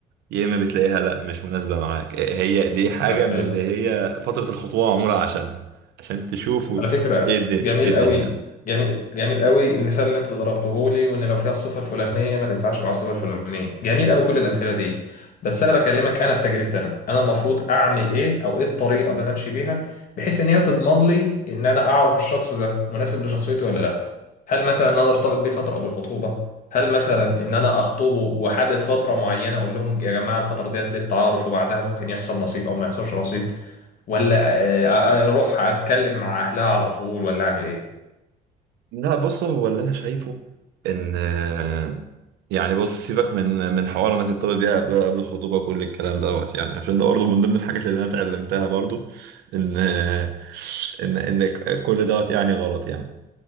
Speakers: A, on the right; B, on the left.
A: يا اما بتلاقيها لا مش مناسبه معاك إيه هي دي حاجه
B: طب حلو
A: من اللي هي فتره الخطوبه معموله عشانها عشان تشوفوا
B: على فكرة
A: ايه الدنيا,
B: جميل
A: إيه الدنيا.
B: قوي جميل جميل قوي المثال اللي انت ضربته لي وان لو فيها الصفة الفلانية ما تنفعش مع الصفة الفلانية جميل قوي كل الامثلة دي بس انا بكلمك انا في تجربتي انا انا المفروض اعمل ايه او ايه الطريقة اللي انا امشي بيها بحيث ان هي تضمن لي ان انا اعرف الشخص ده مناسب لشخصيتي ولا لا هل مثلا ان انا ارتبط بيه فترة قبل الخطوبة هل مثلا ان انا اخطبه واحدد فترة معينة اقول لهم يا جماعة الفترة ديت للتعارف وبعدها ممكن يحصل نصيب او ما يحصلش نصيب ولا آه، آه، اروح اتكلم مع اهلها على طول ولا اعمل ايه
A: لا بص هو اللي انا شايفه ان آه، يعني بص سيبك من من حوار انك تطلب بيها قبل قبل الخطوبه وكل الكلام دوت يعني عشان ده برضه من ضمن الحاجات اللي انا اتعلمتها برضه ان آه، ان ان كل دوت يعني غلط يعني